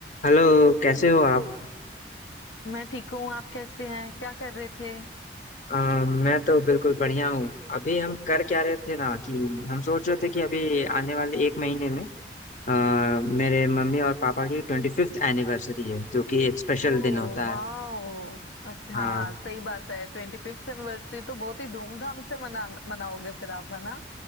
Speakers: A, on the left (about 40°); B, on the left (about 85°).
A: Hello कैसे हो आप
B: मैं ठीक हूँ आप कैसे हैं क्या कर रहे थे
A: अ, मैं तो बिल्कुल बढ़िया हूँ अभी हम कर क्या रहे थे ना कि हम सोच रहे थे कि अभी आने वाले एक महीने में अ, मेरे मम्मी और पापा की ट्वेंटी फिफ्थ एनिवर्सरी है जो कि एक स्पेशल
B: ओह
A: दिन होता
B: वाह
A: है
B: अच्छा हाँ
A: हाँ
B: सही बात है ट्वेंटी फिफ्थ एनिवर्सरी तो बहुत ही धूमधाम से मना मनाओगे फिर आप है ना